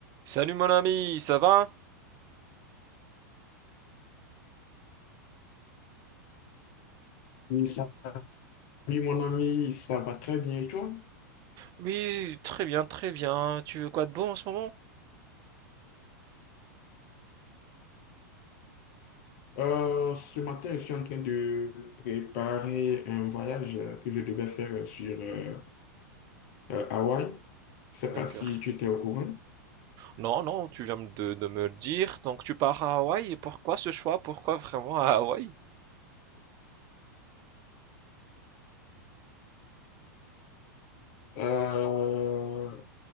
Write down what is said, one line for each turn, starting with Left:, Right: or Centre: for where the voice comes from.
Right: Salut mon ami, ça va?
Left: Oui, salut mon ami, ça va très bien et toi?
Right: Oui, très bien, très bien. Tu veux quoi de bon en ce moment?
Left: Euh, ce matin, je suis en train de préparer un voyage que je devais faire sur euh, euh, Hawaï. Je ne
Right: D'accord.
Left: sais pas si tu étais au courant.
Right: Non, non, tu viens de, de me le dire. Donc tu pars à Hawaï, et pourquoi ce choix? Pourquoi vraiment à Hawaï?
Left: Euh,